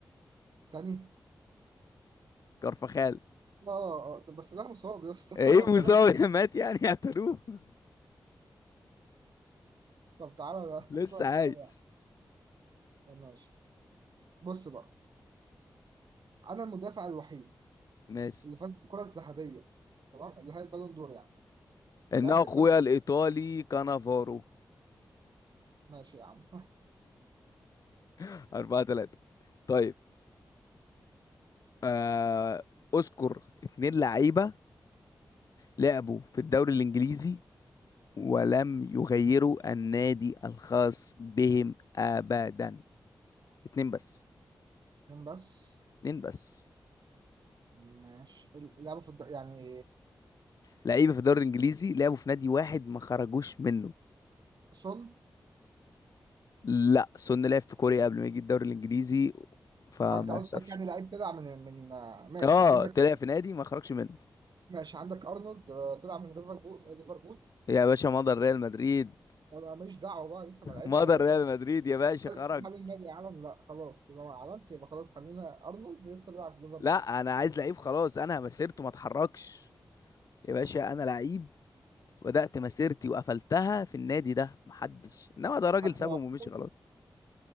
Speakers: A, on the right; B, on the left.
A: تاني
B: كارفخال
A: اه اه آه، طب بس ده مصاب يا اسطى <laughs>
B: ايه
A: انا بتكلم
B: مساوي <laughs> مات يعني اعتلوه <laughs>
A: طب تعالى بقى،
B: لسه
A: اسالك
B: عايش
A: سؤال يعني ماشي بص بقى انا المدافع الوحيد
B: ماشي
A: اللي فاز بالكرة الذهبية تمام اللي هي البالون دور يعني ولعبت
B: انه اخويا
A: الفريق
B: الايطالي كانافارو
A: ماشي يا عم
B: <laughs> أربعة تلاتة طيب آه اذكر اتنين لعيبة لعبوا في الدوري الانجليزي ولم يغيروا النادي الخاص بهم أبدا اتنين بس
A: <laughs> اتنين بس
B: اتنين بس
A: ماشي اللعبة في الد... يعني
B: لعيبة في الدوري الإنجليزي لعبوا في نادي واحد ما خرجوش منه
A: سون
B: لا سون لعب في كوريا قبل ما يجي الدوري الإنجليزي فما
A: اه انت قصدك
B: يحسبش
A: يعني لعيب كده من من ماشي
B: اه
A: عندك
B: طلع في نادي ما خرجش منه
A: ماشي عندك ارنولد آه، طلع من ليفربول آه، ليفربول
B: يا باشا مضى ريال مدريد
A: انا ماليش دعوه بقى لسه ما لعبش
B: مضى
A: يا باشا
B: ريال مدريد يا باشا
A: هل
B: خرج
A: هل النادي اعلن لا خلاص يبقى ما اعلنش يبقى خلاص خلينا ارنولد لسه بيلعب في ليفربول
B: لا انا عايز لعيب خلاص انا مسيرته ما اتحركش يا باشا انا لعيب بدأت مسيرتي وقفلتها في النادي ده محدش انما ده راجل
A: حتى
B: سابهم
A: لو اعتزل
B: ومشي خلاص